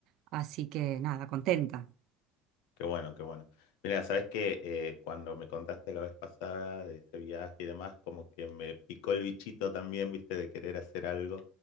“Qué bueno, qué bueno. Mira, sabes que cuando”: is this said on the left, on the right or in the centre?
Left